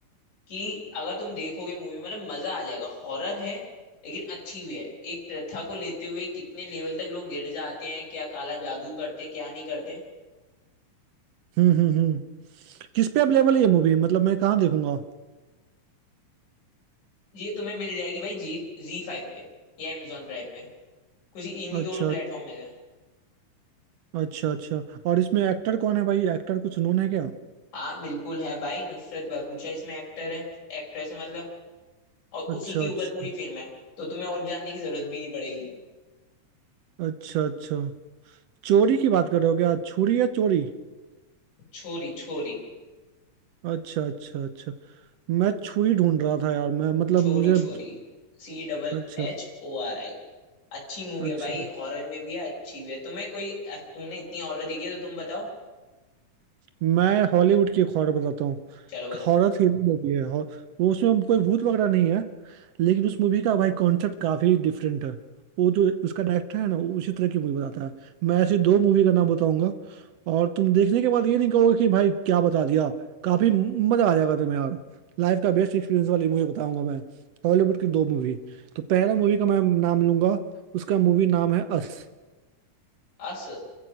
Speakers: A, on the left; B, on the right.
A: कि अगर तुम देखोगे मूवी मतलब मजा आ जाएगा हॉरर है लेकिन अच्छी भी है एक प्रथा को लेते हुए कितने लेवल तक लोग गिर जाते हैं क्या काला जादू करते हैं क्या नहीं करते हैं
B: हम्म हम्म हम्म किस पे अवेलेबल है ये मूवी मतलब मैं कहाँ देखूंगा
A: ये तुम्हें मिल जाएगी भाई जी जी फाइव पे या Amazon प्राइम पे कुछ इन्हीं
B: अच्छा
A: दोनों प्लेटफॉर्म में है
B: अच्छा अच्छा और इसमें एक्टर कौन है भाई एक्टर कुछ नोन है क्या
A: हाँ बिल्कुल है भाई नुसरत भरूचा इसमें एक्टर है एक्ट्रेस है मतलब और
B: अच्छा
A: उसी के ऊपर
B: अच्छा
A: पूरी फिल्म है तो तुम्हें और जानने की जरूरत भी नहीं पड़ेगी
B: अच्छा अच्छा चोरी की बात कर रहे हो क्या छुरी या चोरी
A: छोरी Chhori
B: अच्छा अच्छा अच्छा मैं छुरी ढूंढ रहा था यार मैं मतलब
A: Chhori
B: मुझे
A: Chhori C double
B: अच्छा
A: H O R I अच्छी मूवी
B: अच्छा
A: है भाई हॉरर में भी है अच्छी भी है तुम्हें कोई तुमने इतनी हॉरर देखी है तो तुम बताओ
B: मैं हॉलीवुड की एक हॉरर बताता हूँ
A: चलो बताओ
B: हॉरर थ्रिलर मूवी है हॉर- वो उसमें कोई भूत वगैरह नहीं है लेकिन उस मूवी का भाई कॉन्सेप्ट काफी डिफरेंट है वो जो उसका डायरेक्टर है ना वो उसी तरह की मूवी बताता है मैं ऐसी दो मूवी का नाम बताऊंगा और तुम देखने के बाद ये नहीं कहोगे कि भाई क्या बता दिया काफी म- मजा आ जाएगा तुम्हें यार लाइफ का बेस्ट एक्सपीरियंस वाली मूवी बताऊंगा मैं हॉलीवुड की दो मूवी तो पहला मूवी का मैं नाम लूंगा उसका मूवी नाम है अस
A: अस